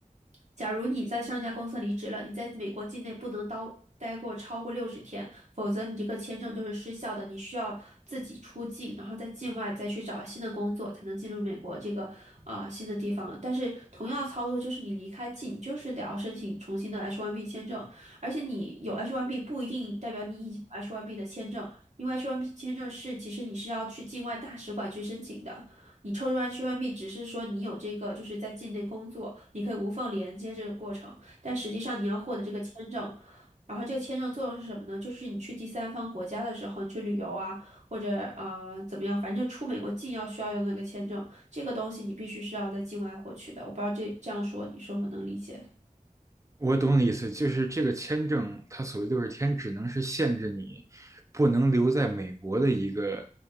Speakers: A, on the right; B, on the right.
A: 假如你在上家公司离职了，你在美国境内不能待待过超过六十天，否则你这个签证就是失效的，你需要自己出境，然后在境外再去找新的工作，才能进入美国这个呃新的地方。但是同样操作就是你离开境，就是得要申请重新的 H1B 签证，而且你有 H1B 不一定代表你已经有 H1B 的签证，因为 H1B 签证是其实你是要去境外大使馆去申请的。你抽完 h 外 b 只是说你有这个，就是在境内工作，你可以无缝连接这个过程，但实际上你要获得这个签证，然后这个签证作用是什么呢？就是你去第三方国家的时候，你去旅游啊，或者呃怎么样，反正就出美国境要需要用的那个签证，这个东西你必须是要在境外获取的。我不知道这这样说你是否能理解。
B: 我懂你意思，就是这个签证，它所谓的六十天，只能是限制你不能留在美国的一个